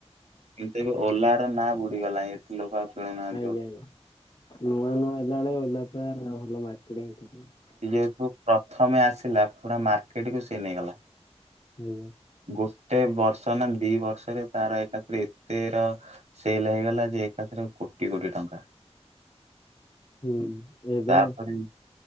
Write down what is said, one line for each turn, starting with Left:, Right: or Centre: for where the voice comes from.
Right: ତେବେ ଓଲା ର ନାଁ ବୁଡିଗଲାଣି ଏତେ ଲୋକ ଆଉ। କିଣୁନାହାନ୍ତି
Left: ଆଜ୍ଞା
Right: ଓଲା
Left: ଆଜ୍ଞା ନୂଆ ନୂଆ ଆଇଲା ବେଳେ ଓଲା ପୁରା ଭଲ ମାର୍କେଟିଙ୍ଗ ଥିଲା।
Right: ଯେହେତୁ ପ୍ରଥମେ ଆସିଲା ପୁରା ମାର୍କେଟ କୁ ସିଏ ନେଇଗଲା।
Left: ହୁଁ।
Right: ଗୋଟେ ବର୍ଷ ନା ଦି ବର୍ଷରେ ତାର ଏକାଥରେ। ତେର ସେଲ ହେଇଗଲା ଯେ ଏକାଥରେ ଗୋ କୋଟି କୋଟି ଟଙ୍କା
Left: ହୁଁ ଏବେ
Right: ତାପରେ